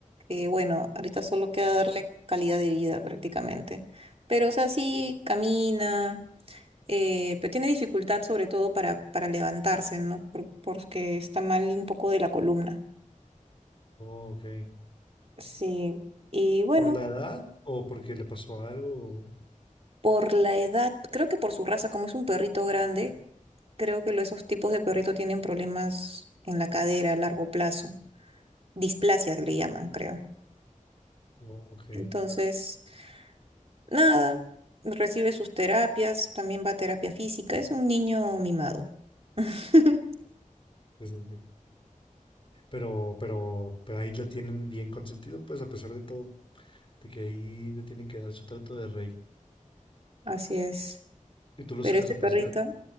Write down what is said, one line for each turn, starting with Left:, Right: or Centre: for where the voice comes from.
Right: que bueno, ahorita solo queda darle calidad de vida prácticamente. Pero, o sea, sí camina, eh, pero tiene dificultad sobre todo para, para levantarse, ¿no? Por- porque está mal un poco de la columna.
Left: Oh, ok.
Right: Sí, y bueno,
Left: ¿Por la edad o porque le pasó algo?
Right: por la edad, creo que por su raza, como es un perrito grande, Creo que lo- esos tipos de perrito tienen problemas en la cadera a largo plazo. Displasias le llaman, creo.
Left: Oh, ok. Sí,
Right: Entonces, nada, recibe sus terapias, también va a terapia física. Es un niño mimado. <laughs>
Left: sí, sí. Pero, pero, pero ahí lo tienen bien consentido, pues, a pesar de todo. De que ahí le tienen que dar su trato de rey.
Right: Así es.
Left: ¿Y tú lo
Right: Pero
Left: sacas
Right: este
Left: a pasear?
Right: perrito,